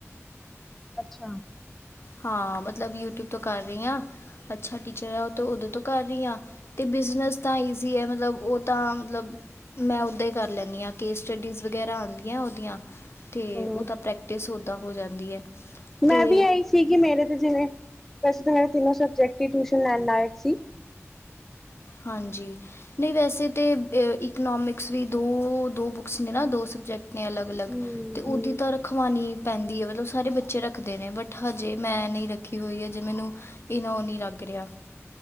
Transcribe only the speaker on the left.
ਹਾਂ, ਮਤਲਬ ਯੂਟਿਊਬ ਤੋਂ ਕਰ ਰਹੀ ਹਾਂ ਅੱਛਾ ਟੀਚਰ ਆ ਉਹ ਓਦੋਂ ਤੋਂ ਕਰ ਰਹੀ ਹਾਂ ਤੇ ਬਿਜਨਸ ਤਾਂ ਈਜ਼ੀ ਆ ਮਤਲਬ ਉਹ ਤਾਂ ਮਤਲਬ ਮੈਂ ਓਦਾਂ ਹੀ ਕਰ ਲੈਂਦੀ ਆ ਕੇ। ਸਟੱਡੀਜ਼ ਵਗੈਰਾ ਆਦੀਆਂ ਉਹਦੀਆਂ ਅਤੇ
ਉਹਦਾ ਪ੍ਰੈਕਟਿਸ ਉੱਦਾਂ ਹੋ ਜਾਂਦੀ ਹੈ ਤੇ।
ਹਾਂਜੀ ਨਹੀਂ ਵੈਸੇ ਤੇ ਇਕਨੋਮਿਕਸ ਵੀ ਦੋਦੋ ਬੁੱਕਸ ਨੇ ਨਾ ਦੋ ਸਬਜੈਕਟ ਨੇ ਅਲੱਗ-ਅਲੱਗ
ਤੇ
ਓਦੀ ਤਾਂ ਰਖਵਾਣੀ ਪੈਂਦੀ ਹੈ ਮਤਲਬ ਸਾਰੇ ਬੱਚੇ ਰੱਖਦੇ ਨੇ ਬਟ ਹਜੇ ਮੈਂ ਨਹੀਂ ਰੱਖੀ ਹੋਈ ਹਜੇ ਮੈਨੂੰ ਇਨਾ ਨੀ ਲੱਗ ਰਿਹਾ।